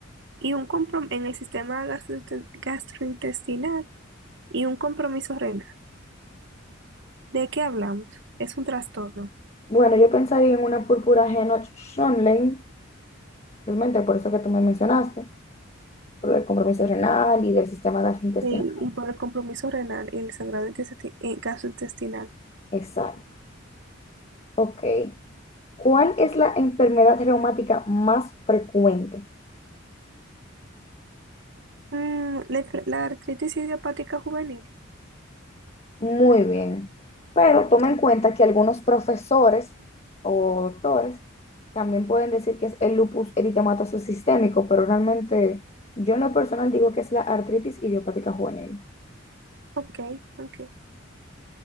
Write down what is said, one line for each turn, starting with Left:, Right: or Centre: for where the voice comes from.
Right: y un comprom- en el sistema gastrointe- gastrointestinal y un compromiso renal. ¿De qué hablamos? Es un trastorno.
Left: Bueno, yo pensaría en una púrpura Henoch-Schönlein, realmente por eso que tú me mencionaste. por el compromiso renal y del sistema gastrointestinal.
Right: Y, y por el compromiso renal y el sangrado intesti- eh, gastrointestinal.
Left: Exacto. Ok. ¿Cuál es la enfermedad reumática más frecuente?
Right: Mm, la, enfer- la artritis idiopática juvenil.
Left: Muy bien. Pero toma en cuenta que algunos profesores o doctores también pueden decir que es el lupus eritematoso sistémico, pero realmente yo en lo personal digo que es la artritis idiopática juvenil.
Right: Ok, ok.